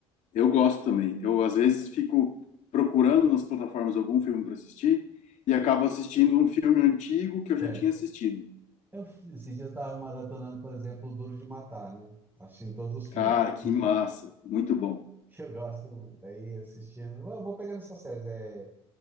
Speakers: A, on the left; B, on the right.
A: Eu gosto também. Eu, às vezes, fico procurando nas plataformas algum filme para assistir e acabo assistindo um filme antigo que eu
B: É.
A: já tinha assistido.
B: Eu, esses dias eu tava maratonando, por exemplo, o Duro de Matar, né? Assistindo todos os filmes,
A: Cara, que massa. Muito bom.
B: <laughs> que eu gosto muito. Aí assistindo. Eu vou pegando essas séries. É